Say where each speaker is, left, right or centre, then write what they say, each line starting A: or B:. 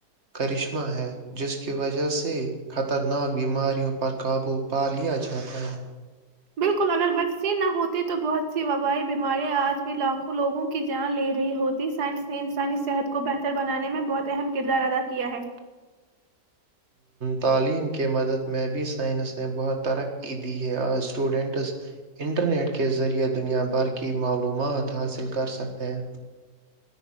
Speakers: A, on the right (about 40°); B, on the right (about 65°).
A: کرشمہ ہے جس کی وجہ سے خطرناک بیماریوں پر قابو پا لیا جاتا ہے
B: بالکل اگر سے نہ ہوتے تو بہت سی وبائی بیماریاں آج بھی لاکھوں لوگوں کی جان لے رہی ہوتی سائنس نے انسانی صحت کو بہتر بنانے میں بہت اہم کردار ادا کیا ہے
A: تعلیم کے مدد میں بھی سائنس نے بہت ترقی دی ہے آج اسٹوڈنٹس انٹرنیٹ کے ذریعہ دنیا بھر کی معلومات حاصل کر سکتے ہیں